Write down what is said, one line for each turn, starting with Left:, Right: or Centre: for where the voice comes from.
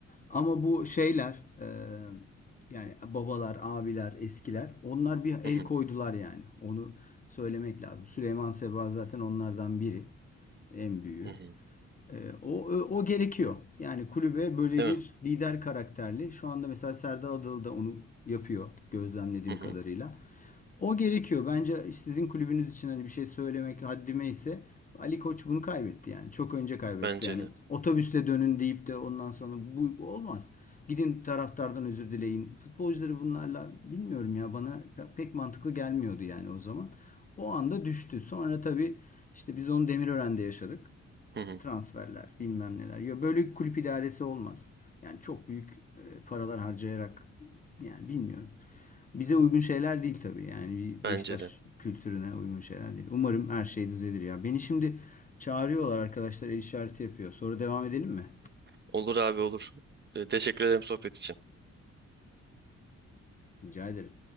Left: Ama bu şeyler e, yani babalar, abiler, eskiler onlar bir el
Right: Hı hı.
Left: koydular yani. Onu söylemek lazım. Süleyman Seba zaten onlardan biri en büyüğü.
Right: Hı hı.
Left: E, o, o, o gerekiyor. Yani kulübe böyle
Right: Değil
Left: bir
Right: mi?
Left: lider karakterli. Şu anda mesela Serdar Adalı da onu yapıyor gözlemlediğim
Right: Hı hı.
Left: kadarıyla. O gerekiyor. Bence sizin kulübünüz için hani bir şey söylemek haddime ise Ali Koç bunu kaybetti yani. Çok önce kaybetti
Right: Bence
Left: yani.
Right: de.
Left: Otobüsle dönün deyip de ondan sonra bu, bu olmaz. Gidin taraftardan özür dileyin. Futbolcuları bunlarla bilmiyorum ya bana pek mantıklı gelmiyordu yani o zaman. O anda düştü. Sonra tabii işte biz onu Demirören'de yaşadık.
Right: Hı hı.
Left: Transferler, bilmem neler. Ya böyle kulüp idaresi olmaz. Yani çok büyük e, paralar harcayarak yani bilmiyorum. Bize uygun şeyler değil tabii. Yani bir
Right: Bence
Left: Beşiktaş
Right: de.
Left: kültürüne uygun şeyler değil. Umarım her şey düzelir ya. Beni şimdi çağırıyorlar arkadaşlar el işareti yapıyor. Sonra devam edelim mi?
Right: Olur abi olur. Ee, teşekkür ederim sohbet için.
Left: Rica ederim.